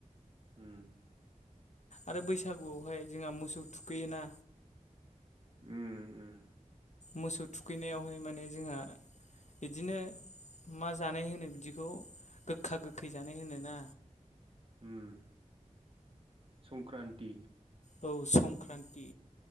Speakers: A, on the right; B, on the left.
A: होम।
B: आरो बैसागुआवहाय जोंहा मोसौ थुखैयोना
A: ओम ओम।
B: मोसौ थुखैनायावहाय माने जोंहा बिदिनो मा जानाय होनो बिदिखौ गोखा गोखै जानाय होनो ना
A: उम संक्रान्ति
B: औ संक्रान्ति